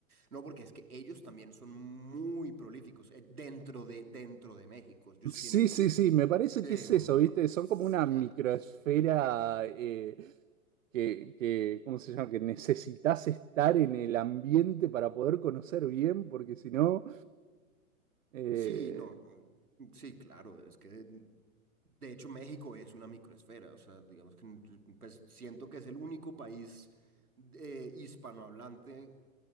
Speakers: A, on the right; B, on the right.
A: No, porque es que ellos también son muy prolíficos eh, dentro de, dentro de México. Ellos
B: Sí,
A: tienen
B: sí, sí, me parece
A: demasiadas.
B: que es eso, ¿viste? Son como una microesfera eh, que, que, ¿cómo se llama? Que necesitas estar en el ambiente para poder conocer bien, porque si no, eh,
A: Sí, no, mm, sí, claro, es que de, de hecho México es una microesfera, o sea, digamos que n- yo, pues siento que es el único país eh, hispanohablante